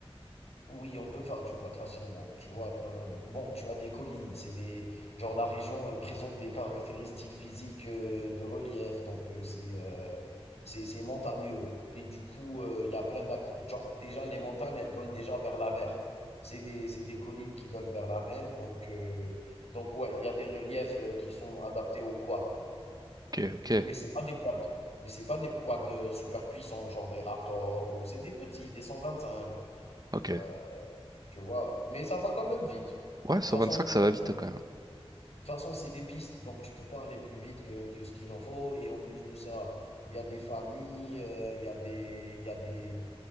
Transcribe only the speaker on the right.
Ok, ok,
ok.
Ouais, 125
ça
va
vite
quand même.